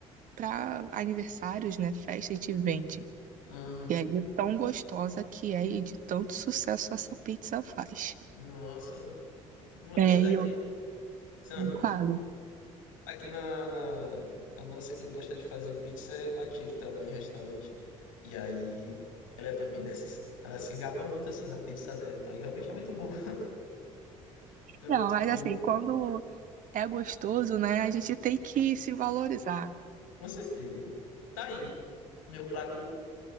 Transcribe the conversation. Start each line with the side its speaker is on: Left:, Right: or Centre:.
Right: para aniversários, né? Festa, a gente vende.
Left: aham.
Right: E aí, de tão gostosa que é e de tanto sucesso essa pizza faz.
Left: Nossa, que massa.
Right: É, e
Left: Aqui, Sam.
Right: Não Fale.
Left: Aqui na, na, na nossa, quem gosta de fazer pizza é uma tia que trabalha em restaurante. E aí, ela é também dessas. Ela se gaba muito assim na pizza dela e tal. E realmente é muito boa. <laughs> É muito
Right: Não, mas
Left: boa.
Right: assim, quando é gostoso, né, a gente tem que se valorizar.
Left: Com certeza. Tá aí. Meu prato